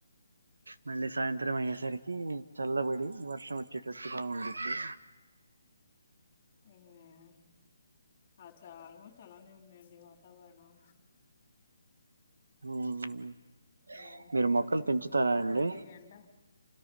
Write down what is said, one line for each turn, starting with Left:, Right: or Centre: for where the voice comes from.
Right: మళ్ళీ సాయంత్రం అయ్యేసరికి చల్లబడి వర్ గట్టిగా ఉండింది
Left: మ్మ్ అట్లా ఆల్మోస్ట్ అలానే ఉన్నాయండి వాతావరణం
Right: ఉండిద్ది
Left: ఏంటంటే
Right: మీరు మొక్కలు పెంచుతారా
Left: ఏంటంటే
Right: అండి
Left: ఈ ఎండ